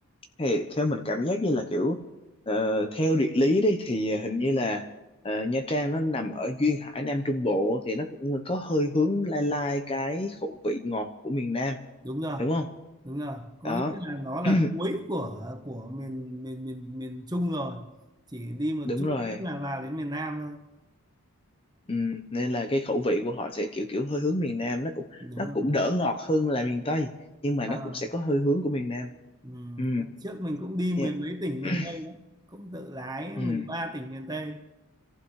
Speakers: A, on the left; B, on the right.
A: Thì theo mình cảm giác như là kiểu ờ, theo địa lý đi thì hình như là ờ, Nha Trang nó nằm ở duyên hải Nam Trung Bộ thì nó cũng có hơi hướng lai lai cái khẩu vị ngọt của miền Nam
B: đúng rồi
A: đúng không?
B: đúng rồi có
A: Đó.
B: nghĩa là nó là
A: <clears throat>
B: cuối của của miền miền miền miền Trung rồi chỉ đi một
A: Đúng
B: chút
A: rồi.
B: nữa là vào đến miền Nam thôi
A: Ừ, nên là cái khẩu vị của họ sẽ kiểu kiểu hơi hướng miền Nam nó cũng
B: đúng
A: nó cũng
B: rồi
A: đỡ ngọt hơn là miền Tây nhưng mà
B: à,
A: nó cũng sẽ có hơi hướng của miền Nam
B: ừ,
A: ừ
B: Hôm trước mình cũng đi
A: yeah.
B: mười mấy tỉnh miền
A: <clears throat>
B: Tây đó cũng tự lái
A: ừ
B: mười ba tỉnh miền Tây